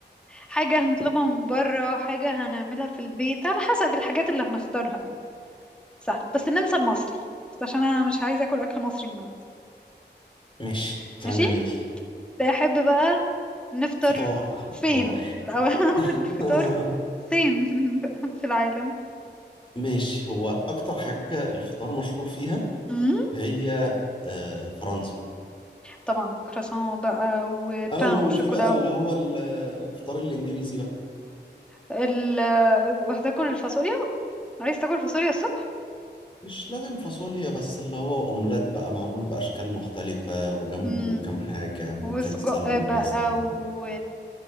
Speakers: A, in the centre; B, on the left.
A: حاجه هنطلبها من بره حاجه هنعملها في البيت على حسب الحاجات اللي هنختارها يعني. سهلة بس ننسى المصري بس عشان انا مش عايزة اكل اكل مصري النهاردة
B: ماشي كلام
A: ماشي
B: جميل
A: احب بقى نفطر
B: فطار احمد
A: فين
B: فطار
A: الاول <laughs>
B: <laughs>
A: الفطار فين <laughs> في العالم
B: ماشي هو اكتر حاجه الفطار مشهور فيها
A: مم؟
B: هي آه، فرنسا
A: طبعا كراسون بقى وبان
B: او
A: او شوكولا
B: في بقى اللي هو الفطار الانجليزي بقى
A: ال... هتاكل الفاصوليا عايز تاكل فاصوليا الصبح
B: مش لازم فاصوليا بس اللي هو اومليت بقى معمول باشكال مختلفه وجنبه
A: مم.
B: كام حاجه ممكن
A: وسجق
B: سلمون
A: بقى
B: مثلا
A: و...